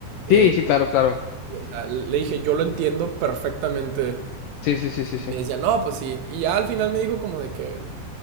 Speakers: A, on the right (about 90°); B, on the left (about 75°).
A: Eh,
B: Sí, sí, claro, claro.
A: y, o sea, le dije, yo lo entiendo perfectamente
B: Sí, sí, sí, sí,
A: y
B: sí.
A: me decía, no, pues sí. Y ya al final me dijo como de que,